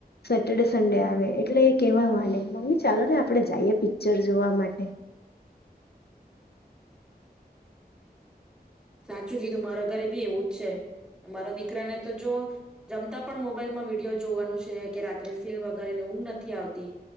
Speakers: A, on the left (about 75°); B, in the centre.
A: સેટરડે સન્ડે આવે એટલે એ કેહેવા માંડે મમ્મી ચાલો ને આપણે જઈએ પિક્ચર જોવા માટે.
B: સાચું કીધું મારા ઘરે બી એવું જ છે મારા દીકરાને તો જોવો જમતા પણ મોબાઈલમાં વિડીયો જોવાનું છે કે રાત્રે ફિલ્મ વગેર એને ઉંગ નથી આવતી